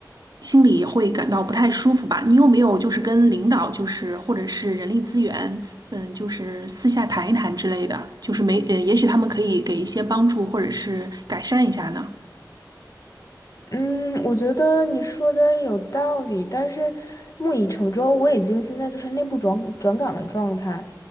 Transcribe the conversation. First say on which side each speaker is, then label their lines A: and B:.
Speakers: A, on the right; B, on the left.
A: 心里也会感到不太舒服吧。你有没有就是跟领导，就是或者是人力资源，嗯，就是私下谈一谈之类的？就是没，呃，也许他们可以给一些帮助，或者是改善一下呢？
B: 嗯，我觉得你说的有道理，但是木已成舟，我已经现在就是内部转转岗的状态，